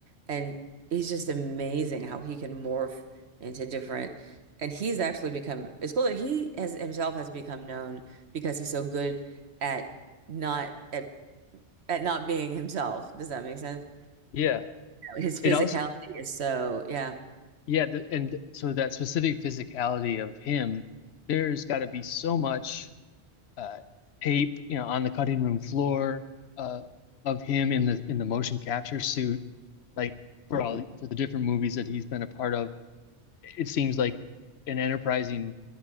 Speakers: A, on the right; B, on the left.
A: and he's just amazing how he can morph into different. And he's actually become, it's cool that he has himself has become known because he's so good at not at, at not being himself. Does that make sense?
B: Yeah,
A: His physicality
B: it also
A: is so, yeah.
B: yeah, the, and so that specific physicality of him, there's got to be so much uh, tape, you know, on the cutting room floor uh, of him in the in the motion capture suit, like for
A: Mhm.
B: all for the different movies that he's been a part of it seems like an enterprising